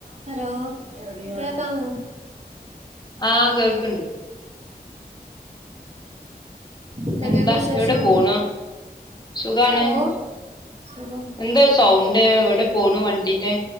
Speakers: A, on the right; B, on the left.
A: Hello കേകാമോ
B: ആഹ് കേൾക്ക്ണ്ട്
A: എന്തൊക്കെയുണ്ട്
B: എന്താ
A: വിശേഷം
B: എവിടെ പോണു സുഖാണ്
A: ഓ സുഖം
B: എന്താ സൗണ്ട് എവിടെ പോണു വണ്ടീന്റെ